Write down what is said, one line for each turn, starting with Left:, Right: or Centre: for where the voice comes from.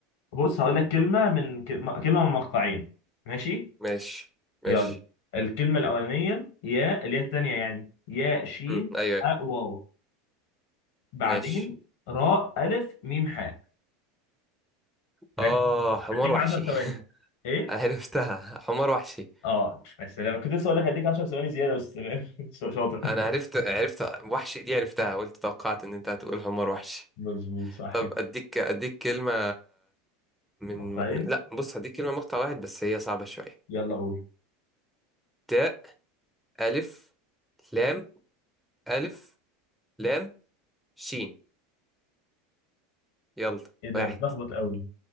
Left: بص هقول لك كلمة من ك- م- كلمة من مقطعين ماشي
Centre: ماشي ماشي
Left: يلا الكلمة الأولانية يا اللي هي التانية يعني يا شين
Centre: مم. أيوة أيوة.
Left: أ واو بعدين
Centre: ماشي
Left: راء ألف ميم حاء
Centre: آه
Left: ركز
Centre: حمار
Left: هديك
Centre: وحشي
Left: 10 ثواني
Centre: <laughs>
Left: إيه؟
Centre: عرفتها حمار وحشي
Left: آه السلام كنت لسه أقول لك هديك 10 ثواني زيادة بس تمام <laughs> شاطر
Centre: أنا عرفت عرفت وحشي دي عرفتها قلت توقعت إن أنت هتقول حمار وحشي
Left: مظبوط صح
Centre: طب
Left: كده.
Centre: أديك أديك كلمة من
Left: نقطتين
Centre: من- لا بص هديك كلمة مقطع واحد بس هي صعبة شوية
Left: يلا قول
Centre: تاء ألف لام ألف لام شين يلا
Left: إيه ده
Centre: واحد
Left: بتلخبط قوي